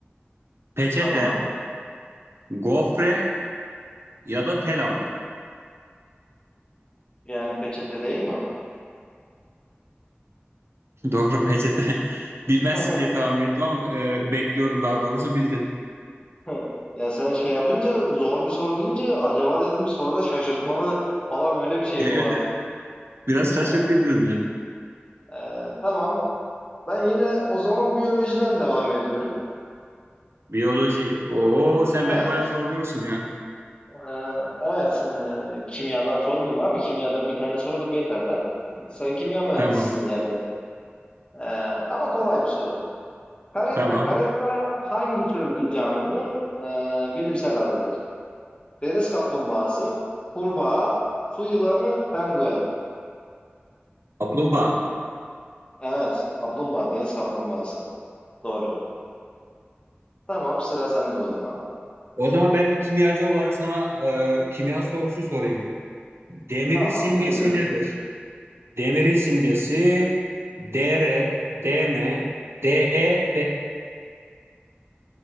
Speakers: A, on the right; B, on the left.
A: peçete,
B: tamam.
A: gofre ya da telamon.
B: Yani peçete değil mi?
A: <laughs> Doğru peçete. Bilmezsin
B: <laughs>
A: diye tahmin ettim ama e, bekliyordum daha doğrusu bildin.
B: <laughs> Heh. Ya sen şey yapınca zor bir soru deyince acaba dedim soruda şaşırtmalı falan öyle bir şey
A: Evet,
B: mi var?
A: evet. Biraz
B: <laughs>
A: şaşırtayım dedim ya.
B: Ee, tamam. Ben yine o zaman biyolojiden devam ediyorum.
A: Biyoloji. Oo sen
B: Evet.
A: beni bayağı zorluyorsun ya.
B: Ee, evet. ee, kimyadan sormayayım abi. Kimyadan bir tane sordum yeter de. Sen kimya mühendisisin
A: Tamam.
B: zaten. Ee, ama kolay bir soru. Caretta
A: Tamam.
B: caretta hangi tür bir canlının ee, bilimsel adıdır? Deniz kaplumbağası, kurbağa, su yılanı, penguen.
A: Kaplumbağa.
B: Evet. Kaplumbağa. Deniz kaplumbağası. Doğru. Tamam. Sıra sende o zaman.
A: O zaman ben bir kimyacı olarak sana e, kimya sorusu sorayım. Demirin
B: Tamam.
A: simgesi
B: Dinliyorum.
A: nedir? Demirin simgesi D R, D M, D E